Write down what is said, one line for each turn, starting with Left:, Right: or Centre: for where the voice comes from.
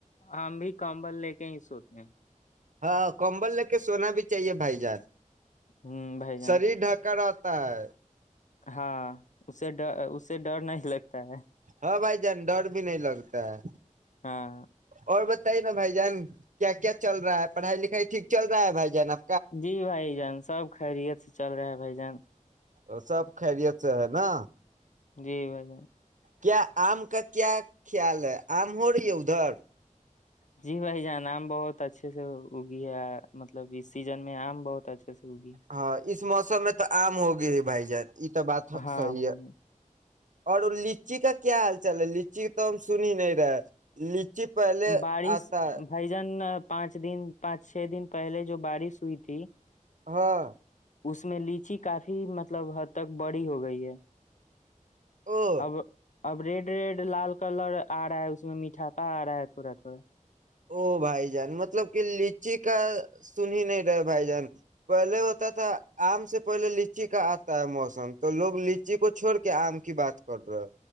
Left: ہم بھی کمبل لے کے ہی سوتے ہیں
Right: ہاں کمبل لے کے سونا بھی چاہیے بھائی جان
Left: ہ بھائی جان
Right: شریر ڈھکا رہ ہ <unintelligible>
Left: ہاں اسے ڈ اس اس سے ڈر نہیں لگتا ہے
Right: ہاں بھائی جان ڈر بھی نہیں لگتا ہے
Left: ہاں
Right: اور بتائیے نا بھائی جان کیا کیا چل رہا ہے پڑھائی لکھائی ٹھیک چل رہا ہے بھائی جان اب
Left: جی بھائی جان سب خیریت سے چل رہا ہے بھائی جان
Right: اور سب خیریت سے ہے نا
Left: جی بھائی جان
Right: کیا آم کا کیا خیال ہے آم ہو رہی ہے ادھر
Left: جی بھائی جان آم بہت اچھے سے اگی ہے مطلب اس سیزن میں آم بہت اچھا کیسے ہوگی
Right: ہاں اس موسم میں تو آم ہو گئے ہی بھائی جان یہ تو بات
Left: ہاں
Right: صی
Left: بھائی
Right: ہے
Left: جان
Right: اور لچی کا کیا حال چال ہے لچی کا تو ہم سن ہی نہیں رہے پہلے
Left: بارش
Right: آتا ہے
Left: بیجن پانچ دن پانچ چھ دن پہلے جو بارش ہوئی تھی
Right: ہاں
Left: اس میں لیچی کافی مطلب حد تک بڑی ہو گئی ہے
Right: ا <unintelligible>
Left: اب اب ریڈ ریڈ لال کلر آ رہا ہے اس میں میٹاپا آ رہا ہے تھوڑا تھوڑا
Right: او بھائی جان مطلب کہ لچی کا سن ہی نہیں رہے بھائی جان پہلے ہوتا تھا آم سے پہلے لچی کا آتا ہے موسم تو لوگ لچی کو چھوڑ کے آم کی بات کر رہے